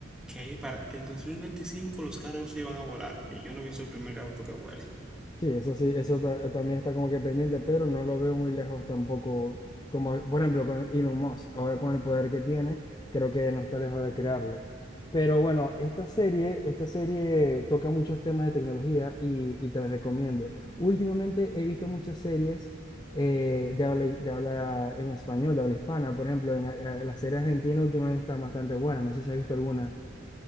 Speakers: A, in the centre; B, on the left.
A: que para el 2025 los carros se iban a volar y yo no he visto el primer auto que vuela.
B: Sí, eso sí, eso ta- también está como que pendiente, pero no lo veo muy lejos tampoco. Como por ejemplo con Elon Musk, ahora con el poder que tiene, creo que no está lejos de crearlo. Pero bueno, esta serie, esta serie toca muchos temas de tecnología y, y te la recomiendo. Últimamente he visto muchas series eh, de habla, de habla en español, de habla hispana. Por ejemplo, en, eh, la serie argentina últimamente están bastante buenas. No sé si has visto alguna.